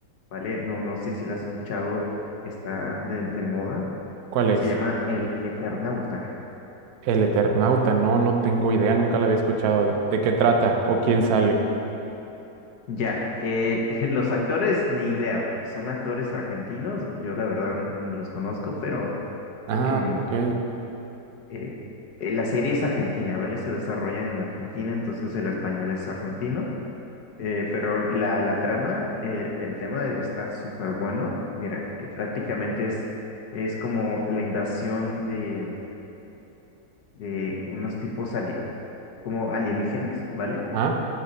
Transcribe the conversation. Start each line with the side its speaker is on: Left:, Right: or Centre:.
Left: ¿vale? No, no sé si la has escuchado, está de, de moda.
Right: ¿Cuál
Left: Se
Right: es?
Left: llama El Eternauta.
Right: El Eternauta. No, no tengo idea. Nunca la había escuchado. ¿De, de qué trata? ¿O quién sale?
Left: Ya, eh, <laughs> los actores, ni idea, son actores argentinos, yo la verdad ni los conozco, pero...
Right: Ah,
Left: em,
Right: ok.
Left: eh, eh, la serie es argentina, ¿vale? Se desarrolla en Argentina, entonces el español es argentino, eh, pero la, la trama, eh, el tema está súper bueno. Mira, eh, prácticamente es, es como la invasión de, de unos tipos ale- como alienígenas, ¿vale?
Right: Ajá,